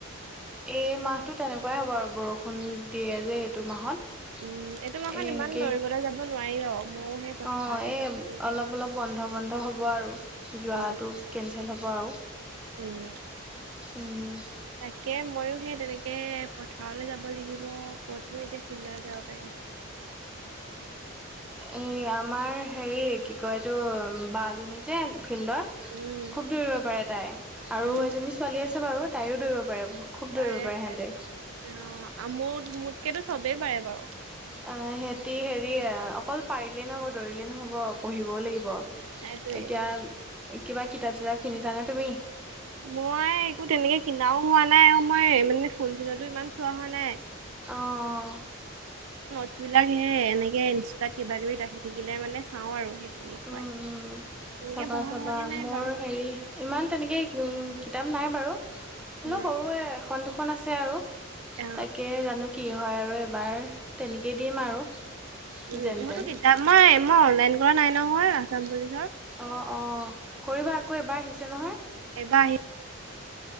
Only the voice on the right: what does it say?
উম এইটো মাহত
ইমান
দৌৰিবলৈ যাব নোৱাৰি আৰু ময়ো সেই পথাৰতে
যাব লাগিব
উম
উম!
তাকে ময়ো সেই তেনেকে তে পথাৰলৈ যাব লাগিব কত এতিয়া ফিল যাব পাৰিম
উম
উম
পাৰে
পাৰে অ আমোদ মোদকেতো চবেই পাৰে বাৰু
সেইটোৱে
মই একো তেনেকে কিনাও হোৱা নাই আৰু মই মানে ফোন চোনতো ইমান চোৱা হোৱা নাই।
বস্তুবিলাক সে এনেকে ইনষ্টাত কিবা কিবি ৰাখি থাকিলে মানে চাওঁ আৰু সেই তেনেকুৱাই।
তেনেকে
পঢ়া
হোৱাগে নাই
বাৰু
উম
অ
উম
মইতো
কিতাম মই মই অনলাইন কৰা নাই নহয় আছাম বুলি
এইবাৰ আহি